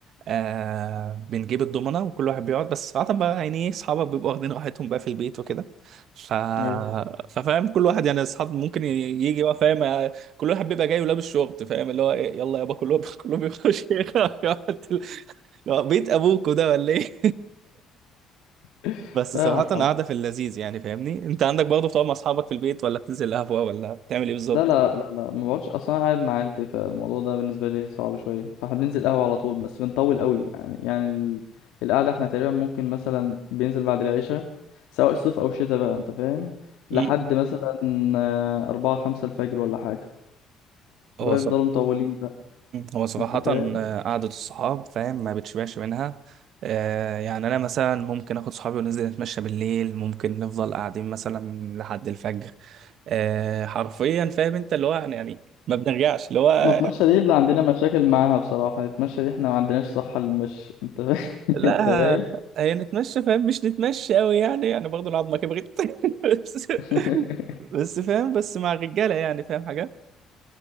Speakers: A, on the right; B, on the left.
A: آه بنجيب الضمنه وكل واحد بيقعد بس صراحه بقى يعني ايه اصحابك بيبقوا واخدين راحتهم بقى في البيت وكده ف
B: ايوه
A: ففاهم كل واحد يعني اصحاب ممكن ي- يجي بقى فاهم آه، كل واحد بيبقى جاي ولابس شورت فاهم اللي هو إيه يلا يابا كلهم <laughs> كلهم يخش <laughs> يقعد. اللي هو بيت ابوكوا ده ولا ايه
B: <laughs>
A: بس
B: فاهمك
A: صراحة قاعدة في اللذيذ يعني فاهمني انت عندك برضه بتقعد مع اصحابك في البيت ولا بتنزل قهوة ولا بتعمل ايه بالظبط
B: لا فاهمني لا لا لا ما بقعدش اصلا أنا قاعد مع عيلتي فالموضوع ده بالنسبه لي صعب شويه فاحنا بننزل قهوه على طول بس بنطول قوي يعني يعني ال... القعده احنا تقريبا ممكن مثلا بينزل بعد العشاء سواء صيف او شتاء بقى انت فاهم
A: مم.
B: لحد مثلا آه، أربعة خمسة الفجر ولا حاجه فبقى
A: هو صراحة
B: يفضلوا مطولين بقى
A: هو صراحة
B: انت فاهم
A: آه، قعدة الصحاب فاهم ما بتشبعش منها آه يعني انا مثلا ممكن اخد صحابي وننزل نتمشى بالليل ممكن نفضل قاعدين مثلا لحد الفجر آه حرفيا فاهم انت اللي هو يعني يعني ما بنرجعش اللي هو
B: نتمشى دي اللي عندنا مشاكل معاها بصراحه نتمشى دي احنا ما عندناش صحه للمشي انت فاهم <laughs>
A: لا
B: انت فاهم
A: هي نتمشى فاهم مش نتمشى قوي يعني يعني برضه العظمة كبرت <laughs> بس
B: <laughs>
A: بس فاهم بس مع الرجالة يعني فاهم حاجة